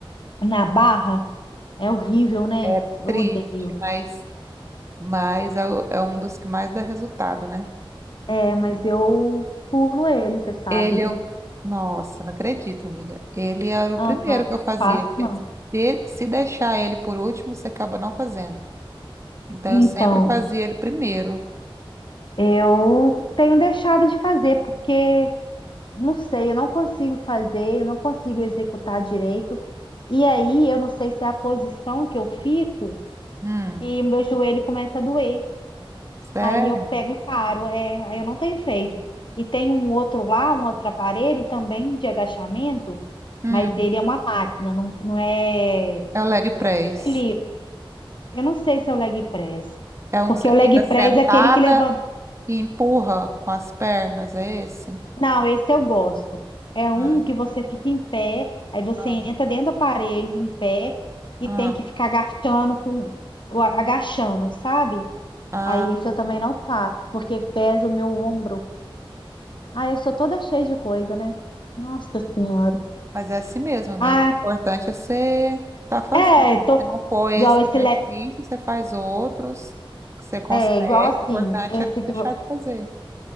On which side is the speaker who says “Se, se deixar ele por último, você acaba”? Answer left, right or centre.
Right